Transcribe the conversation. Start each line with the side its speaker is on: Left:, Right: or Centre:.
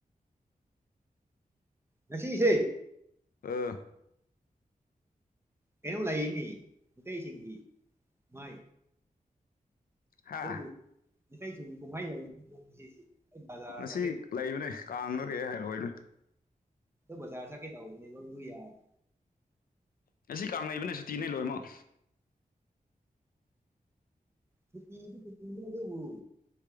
Right: ꯉꯁꯤꯁꯦ
Left: ꯑꯥ
Right: ꯀꯩꯅꯣ ꯂꯩꯥꯔꯤ ꯃꯤꯇꯩꯁꯤꯡꯒꯤ ꯃꯥꯏ
Left: ꯍꯥ
Right: <unintelligible>
Left: ꯉꯁꯤ
Right: ꯆꯠꯀꯦ
Left: ꯂꯩꯕꯅꯦ ꯀꯥꯡꯂꯥ ꯍꯥꯏꯔꯛꯑꯣꯏꯅꯦ꯫
Right: ꯕꯖꯔ ꯆꯠ ꯀꯦ ꯇꯧꯕꯅꯦꯕꯥ ꯑꯗꯨ ꯌꯥꯔ
Left: ꯉꯁꯤ ꯀꯥꯡ ꯂꯩꯕꯅꯦ ꯁꯨꯇꯤꯅꯦ ꯂꯣꯏꯃꯛ
Right: ꯁꯨꯇꯤꯗꯤ ꯁꯨꯇꯤꯅꯤ ꯑꯗꯨꯕꯨ